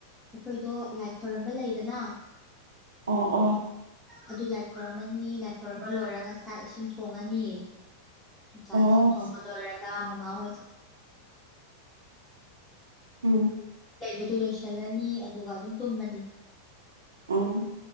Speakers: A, in the centre; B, on the right.
A: ꯑꯩꯈꯣꯏꯗꯣ ꯂꯥꯏ ꯈꯣꯏꯔꯝꯕ ꯂꯩꯗꯅ
B: ꯑꯣ ꯑꯣ
A: ꯑꯗꯨ ꯂꯥꯏꯥꯛ ꯀꯅꯤ ꯂꯥꯏꯥꯛꯝꯕ ꯂꯔꯒ ꯆꯥꯛ ꯏꯁꯤꯡ ꯊꯣꯡꯉꯅꯤ ꯆꯥꯛ
B: ꯑꯣ
A: ꯏꯁꯤꯡ ꯊꯣꯡꯕ ꯂꯣꯏꯔꯒ ꯃꯥꯣ
B: ꯎꯝ
A: ꯑꯗꯨ ꯂꯣꯏꯁꯤꯜꯂꯅꯤ ꯑꯗꯨꯒ ꯑꯗꯨꯝ ꯇꯨꯝꯃꯅꯤ
B: ꯑꯣ